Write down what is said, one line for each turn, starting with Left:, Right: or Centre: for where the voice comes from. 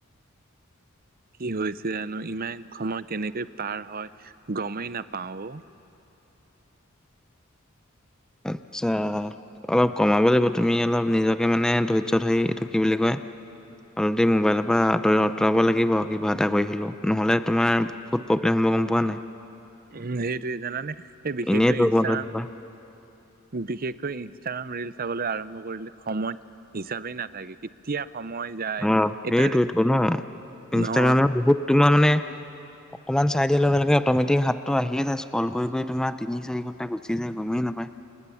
Right: কি হৈছে জানো? ইমান সময় কেনেকৈ পাৰ হয় গমেই নাপাওঁ অ'।
Centre: আচ্ছা অলপ কমাব লাগিব। তুমি অলপ নিজকে মানে ধৈৰ্য ধৰি এইটো কি বুলি কয়? অলপ দেৰি ম'বাইলৰ পৰা আঁতৰি আঁতৰাব লাগিব কিবা এটা কৰি হ'লেও। নহ'লে তোমাৰ বহুত প্ৰব্লেম হ'ব গম পোৱা নাই?
Right: উম, সেইটোৱে জানানে? সেই বিশেষকৈ
Centre: এনেই দুৰ্বল
Right: ইনষ্টা
Centre: হৈ যাবা
Right: বিশেষকৈ ইনষ্টাগ্ৰাম ৰীল চাবলৈ আৰম্ভ কৰিলে সময় হিচাপে নাথাকে। কেতিয়া সময় যায়
Centre: অঁ,
Right: এটা
Centre: সেইটোৱেটোক' ন'? ইনষ্টাগ্ৰামত
Right: অ
Centre: বহুত তোমাৰ মানে অকমান চাই দিয়াৰ লগে লগে অট'মেটিক হাতটো আহিয়ে যায়। স্কল কৰি কৰি তোমাৰ তিনি, চাৰি ঘণ্টা গুচি যায় গমেই নাপায়।